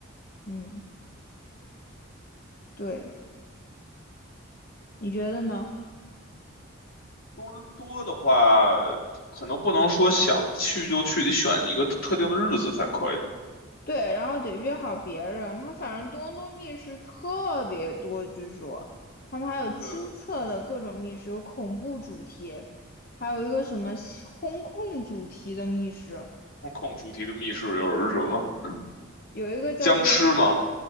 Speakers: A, on the left; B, on the left.
A: 嗯，对，你觉得呢？
B: 多伦多的话，可能不能说想去就去，得选一个特定的日子才可以。
A: 对，然后得约好别人。他反正多伦多密室特别多，据说他们还有亲测的各种密室，
B: 对，
A: 有恐怖主题，还有一个什么西轰控主题的密室，
B: 控控主题的密室又是什么？
A: 有一个叫做
B: 僵尸吗？